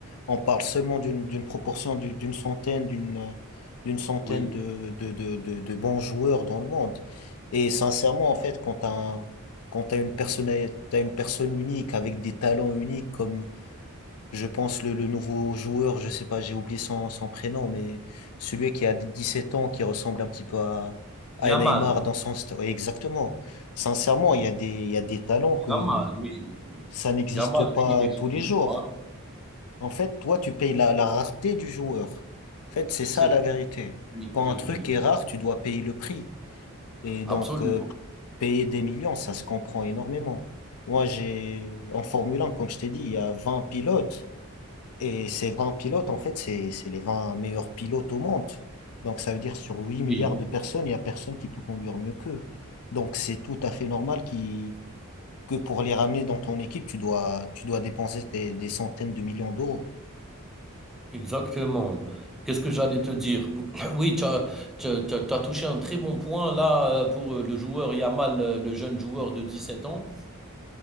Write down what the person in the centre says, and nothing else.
oui.
Yamal,
Yamal, oui, oui, oui,
oui.
Yamal,
lui, il est
il
est
fort,
hein?
Oui,
c'est vrai.
Oui,
oui,
oui,
absolument.
Oui,
exactement. Qu'est-ce que j'allais te dire? <coughs> <clears throat> Oui, tu as tu as tu as tu as touché un très bon point là, heu, pour, heu, le joueur Yamal, heu, le jeune joueur de 17 ans.